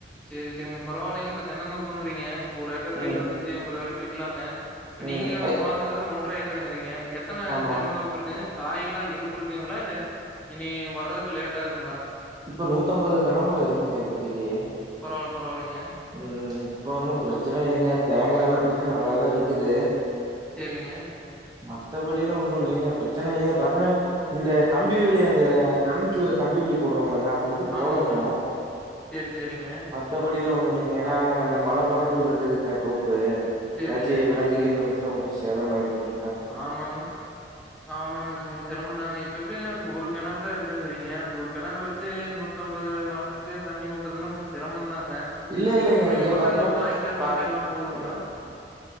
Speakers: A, in the centre; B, on the right (about 20°).
A: செரி செரிங்க பரவால்லங்க இப்ப தென்னந்தோப்புங்கறீங்க ஒரு ஏக்கருக்கு
B: ம்.
A: எழுவத்தஞ்சு எண்பது வரைக்கு விக்கலாங்க இப்ப
B: ம்.
A: நீங்க
B: ஐ
A: வாங்குறது ஒன்ர ஏக்கர்ங்கிறீங்க எத்தன
B: ஆமாம்.
A: தென்னந்தோப்பு இருக்குங்க காய் எல்லா இருப்பு இருக்குங்களா இல்ல இனி வற்ரதுக்கு லேட் ஆகுங்களா
B: இப்ப நூத்தம்பது தென்னமரோ இருக்குங்க இப்பதக்கி
A: பரவால்ல பரவால்லைங்க
B: ம் இப்ப ஒன்னு பிரச்சன இல்லைங்க தேங்கா எல்லா பாத்தா நல்லாதாருக்குது
A: சேரிங்க
B: மத்தபடில ஒன்னு இல்லைங்க பிரச்சன இல்லங்க பாத்தன்ன இந்த கம்பி வேலி அந்த கரண்ட்ல கம்பி வேலி போடுவாங்களங்க அது மட்
A: ஆமாங்க.
B: போடணு
A: சரி, சரிங்க.
B: மத்தபடில ஒண்ணு இல்லங்க ஏன்னா அந்த மல பக்கத்துல இருக்குதுங்க தோப்பு
A: சரிங்க.
B: எதாச்சி வெலங்கு கீது வந்து <unintelligible> கொஞ்சோ சேத மாயிரு சொல்லி
A: ஆமாங்க ஆமாங்க கொஞ்சோ சிரமந்தாங்க இப்ப எப்டிங்க ஒரு கெணறு தா இருக்குங்கிறீங்க அந்த ஒரு கெணறு வச்சே நூத் தொம்பது மரத்துக்கு தண்ணி ஊத்துறதுன்னா கொஞ்சோ சிரம தாங்க
B: இல்ல இல்லைங்க.
A: எப்டிங்க
B: இங்க
A: பக்கத்துல
B: பாத்தீங்கன்னா,
A: வாய் கல்
B: பக்
A: கீக்கால்லா போகுதுங்களா
B: ம்